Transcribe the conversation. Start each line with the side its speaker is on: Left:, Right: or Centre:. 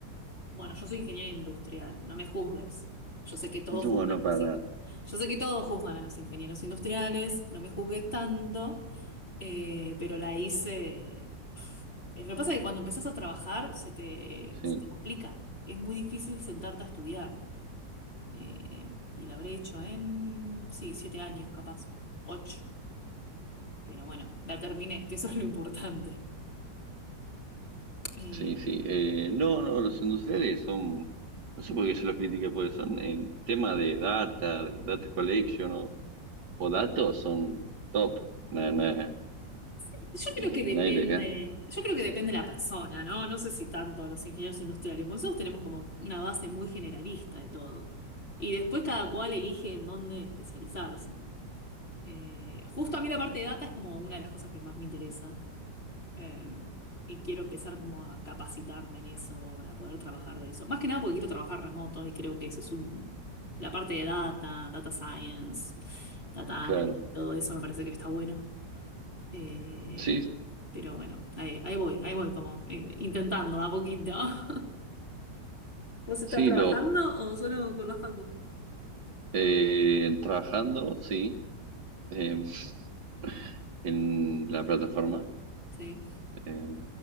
Left: Bueno, yo soy ingeniero industrial, no me juzgues. Yo sé que todos
Right: No,
Left: juzgan
Right: no para
Left: así.
Right: nada.
Left: yo sé que todos juzgan a los ingenieros industriales, no me juzgues tanto, eh, pero la hice. pf. Eh, Lo que pasa es que cuando empezás a trabajar se te,
Right: Sí,
Left: se te complica. Es muy difícil sentarte a estudiar. Eh, y la habré hecho en, sí, siete años capaz, ocho. Pero bueno, la terminé, que eso es lo importante. Eh,
Right: sí, sí. Eh, no, no, los industriales son. No sé por qué se los critica, porque son en tema de data, data collection o, o datos, son top. Nada,
Left: Yo creo
Right: Eh,
Left: que depende,
Right: nadie les gana,
Left: yo creo que depende de la persona, ¿no? No sé si tanto los ingenieros industriales, porque nosotros tenemos como una base muy generalista de todo. Y después cada cual elige en dónde especializarse. Eh, justo a mí la parte de data es como una de las cosas que más me interesa. eh, y quiero empezar como a capacitarme en eso para poder trabajar de eso. Más que nada porque quiero trabajar remoto y creo que eso es un, la parte de data, data science, data analysis,
Right: claro.
Left: todo eso me parece que está bueno. Eh,
Right: Sí,
Left: pero bueno, ahí, ahí voy, ahí voy como eh, intentando de a poquito. <laughs> ¿Vos estás
Right: sí,
Left: trabajando
Right: los
Left: o solo con la facu?
Right: eh, trabajando, sí, eh, <laughs> en la plataforma,
Left: Sí.
Right: eh,